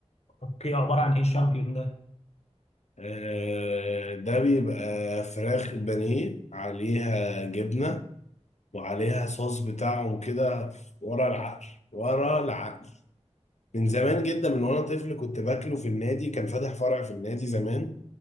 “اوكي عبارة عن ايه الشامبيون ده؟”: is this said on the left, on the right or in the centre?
Left